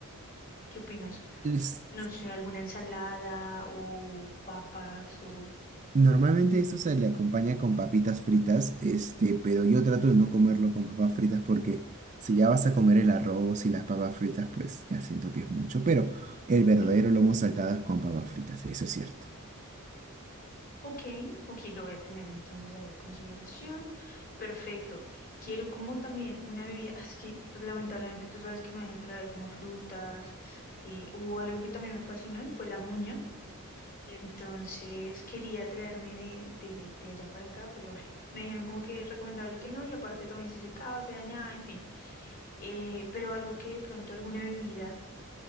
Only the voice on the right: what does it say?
Es-
normalmente esto se le acompaña con papitas fritas, este, pero yo trato de no comerlo con papas fritas porque si ya vas a comer el arroz y las papas fritas, pues ya siento que es mucho, pero el verdadero
lomo saltado es con papas fritas, eso es cierto.